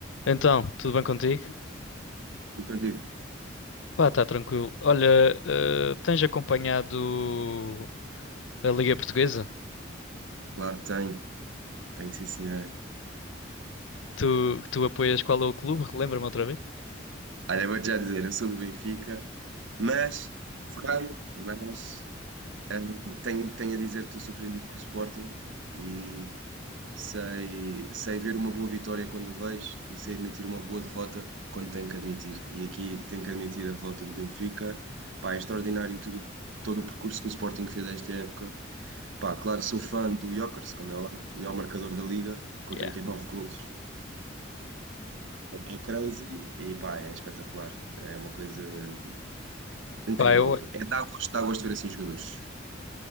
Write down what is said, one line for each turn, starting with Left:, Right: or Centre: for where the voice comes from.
Left: Então, tudo bem contigo?
Right: E contigo?
Left: Pá, tá tranquilo. Olha, eh, tens acompanhado a Liga Portuguesa?
Right: Claro que tenho, tenho sim senhora.
Left: Tu, tu apoias qual é o clube? Relembra-me outra vez.
Right: Olha, vou-te já dizer, eu sou do Benfica, mas, ferrei, mas hum, tenho, tenho a dizer que estou surpreendido com o Sporting e sei, sei ver uma boa vitória quando a vejo e sei admitir uma boa derrota quando tenho que admitir. E aqui tenho que admitir a derrota do Benfica. Pá, é extraordinário tudo, todo o percurso que o Sporting fez esta época. Pá, claro, sou fã do Gyökeres, como é óbvio, melhor marcador da Liga, com
Left: Yeah.
Right: 39 golos. É crazy e pá, é espetacular. É uma coisa incrível.
Left: Pá, eu,
Right: É dá gosto, dá gosto de ver assim jogadores.